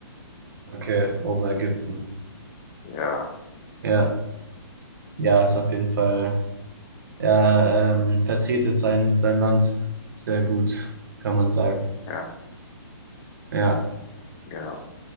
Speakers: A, on the right; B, on the left.
A: okay, Oberägypten.
B: Ja,
A: Ja, ja, ist auf jeden Fall. Er ähm, vertretet sein, sein Land sehr gut, kann man sagen.
B: ja,
A: Ja.
B: genau.